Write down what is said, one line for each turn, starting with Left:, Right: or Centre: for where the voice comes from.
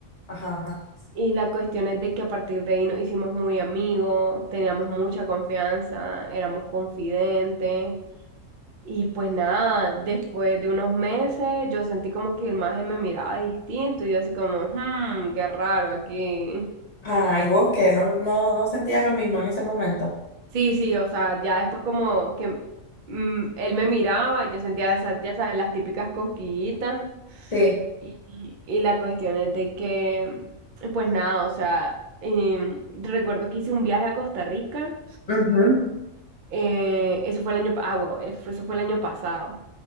Left: Ajá, ajá.
Right: Y la cuestión es de que a partir de ahí nos hicimos muy amigos, teníamos mucha confianza, éramos confidentes. Y pues nada, después de unos meses yo sentí como que el maje me miraba distinto y yo así como, hmm, qué raro aquí.
Left: Ah, igual que no, no, no sentías lo mismo en ese momento.
Right: Sí, sí, o sea, ya después como que mm, él me miraba, yo sentía esas, ya sabes, las típicas cosquillitas
Left: Sí.
Right: y, y la cuestión es de que, pues nada, o sea, em, recuerdo que hice un viaje a Costa Rica,
Left: Ujú,
Right: eh, eso fue el año, pa- ah, huevo, eh, fue- eso fue el año pasado.